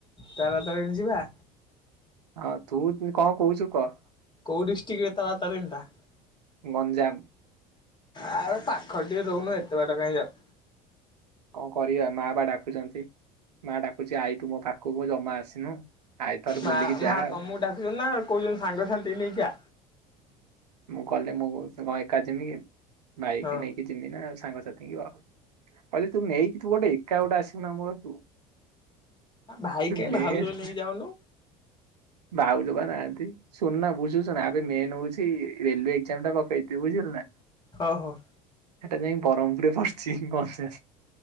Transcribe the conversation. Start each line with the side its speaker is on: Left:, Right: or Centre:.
Left: ତାରତାରିଣୀ ଯିବା?
Right: ହଁ ତୁ କଣ କହୁଛୁ କହ?
Left: କୋଉ ଡିଷ୍ଟିକରେ ତାରାତାରିଣୀ ଟା।
Right: ଗଞ୍ଜାମ।
Left: ଆବେ ପାଖରେ ଟିକେ ରହୁନୁ ଏତେ ବାଟ କାଇଁ ଯାଉ
Right: କଣ କରିବା ମା ବା ଡାକୁଛନ୍ତି ମା ଡାକୁଛି ଆଇ ତୁ ମୋ ପାଖକୁ ଜମା ଆସିନୁ। ଆଇ ଥରେ ବୁଲିକି
Left: ମା
Right: ଯାଆ
Left: ମା
Right: ଆଉ
Left: ତମକୁ ଡାକୁଛନ୍ତି ନା କହୁଛନ୍ତି ସାଙ୍ଗସାଥିକି ନେଇକି ଆ
Right: ମୁଁ ଗଲେ ମୁଁ ସେ ଏକା ଜମିକି ବାଇକି
Left: ହଁ
Right: ନେଇକି ଚିନି ନା ସାଙ୍ଗଥି ବ କହଲି ତୁ ନେଇକିଥିବୁ ତୁ ଗୋଟେ ଏକା ଗୋଟେ ଆସୁ ଆମର କୁ।
Left: ଭାଇ କାଇଁ
Right: ମେଜ୍
Left: ଭାଉଜ ନେଇକି ଯାଉନୁ
Right: ଭାଉଜବା ନାହଁଆନ୍ତି ସୁନା ବୁଝୁଛୁନା ଆବେ ମେନ ହଉଛି ସେ ରେଲୱେ ଏକ୍ଜାମ ଟା ପକେଇଚି ବୁଝିଲ ନା?
Left: ହଁ ହଉ।
Right: ସେଟା ଯାଇଁ ବରହମପୁରେ ପଡ଼ିଛି ବର୍ଷେ।